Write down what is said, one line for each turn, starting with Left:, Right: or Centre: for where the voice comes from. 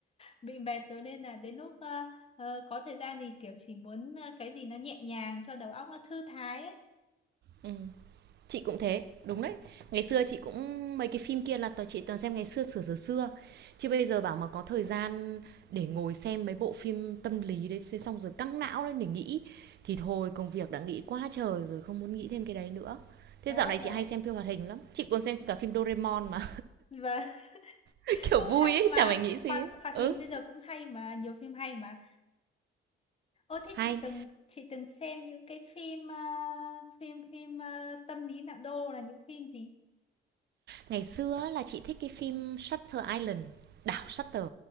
Left: bị mệt rồi nên là đến lúc ờ, ờ, có thời gian thì kiểu chỉ muốn ờ, cái gì nó nhẹ nhàng cho đầu óc nó thư thái ấy
Right: ừm. Chị cũng thế, đúng đấy. Ngày xưa chị cũng mấy cái phim kia là toàn chị toàn xem ngày xưa, xửa xừa xưa. Chứ bây giờ bảo mà có thời gian để ngồi xem mấy bộ phim tâm lý đấy, thế xong rồi căng não lên để nghĩ, thì thôi công việc đã nghĩ quá trời rồi, không muốn nghĩ thêm cái đấy nữa. Thế
Left: đó
Right: dạo này chị
Left: đó
Right: hay xem phim hoạt hình lắm, chị còn xem cả phim Doraemon mà,
Left: và <laughs>
Right: <laughs> kiểu,
Left: cũng
Right: vui
Left: hay
Right: ấy,
Left: mà
Right: chả phải nghĩ gì
Left: hoạt
Right: ấy.
Left: hoạt
Right: Ừ,
Left: hình bây giờ cũng hay mà nhiều phim hay mà ô thế
Right: hay.
Left: chị từng chị từng xem những cái phim ờ, phim phim ờ, tâm lý nặng đô là những phim gì
Right: Ngày xưa là chị thích cái phim Shutter Island, đảo Shutter.